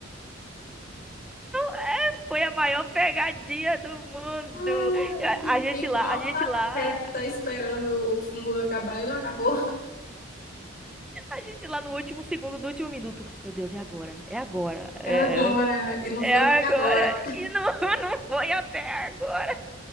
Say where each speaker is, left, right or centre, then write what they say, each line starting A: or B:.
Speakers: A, in the centre; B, on the left.
A: É, Foi a maior pegadinha do mundo.
B: Ah, Eu fiquei
A: A a gente
B: igual
A: lá, a gente
B: uma pateta
A: lá.
B: esperando o mundo acabar e não acabou.
A: A gente lá no último segundo do último minuto. Meu Deus, é agora, é agora,
B: É
A: é,
B: agora, e não
A: é
B: foi
A: agora.
B: até agora.
A: E não, <laughs> não foi até agora.